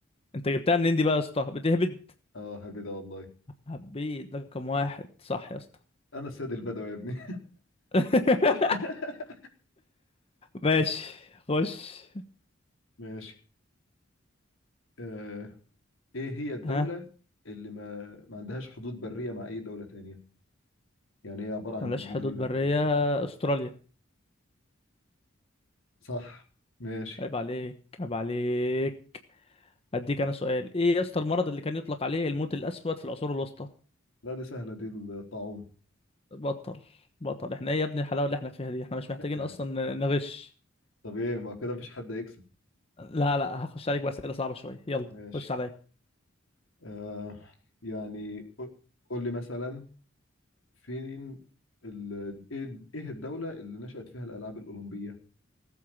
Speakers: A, on the left; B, on the left.
A: انت جبتها منين دي بقى يا اسطى بتهبد
B: اه هذه ده والله
A: هبيت ده كم واحد صح يا اسطى
B: انا السيد البدوي يا ابني
A: <laughs>
B: <laughs>
A: ماشي خش
B: ماشي آه. ايه هي الدولة
A: ها
B: اللي ما ما عندهاش حدود برية مع اي دولة تانية يعني هي عبارة عن
A: ملاش
B: جزيرة
A: حدود برية
B: كده
A: استراليا
B: صح ماشي
A: عيب عليك عيب عليك هديك انا سؤال ايه يا اسطى المرض اللي كان يطلق عليه الموت الاسود في العصور الوسطى
B: لا دي سهلة دي الطاعون
A: بطل بطل احنا ايه يا ابني الحلاوه اللي احنا فيها دي احنا مش محتاجين
B: احنا يعني.
A: اصلا نغش
B: طب ايه ما كده مفيش حد هيكسب
A: لا لا هخش عليك بأسئلة صعبة شوية يلا
B: ماشي
A: خش عليا
B: آه. يعني قو- قول لي مثلا فين ال... ايه إيه الدولة اللي نشأت فيها الألعاب الأولمبية